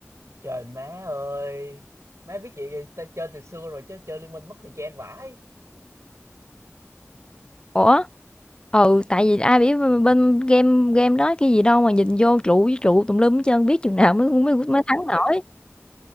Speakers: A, on the right; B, on the left.
A: trời má ơi má biết vậy thì tao chơi từ xưa rồi chứ chơi liên minh mất thời gian vãi
B: Ủa? Ừ tại vì ai biết bên game game đó cái gì đâu mà nhìn vô trụ với trụ tùm lum hết trơn biết chừng nào mới mới mới thắng nổi.
A: <laughs>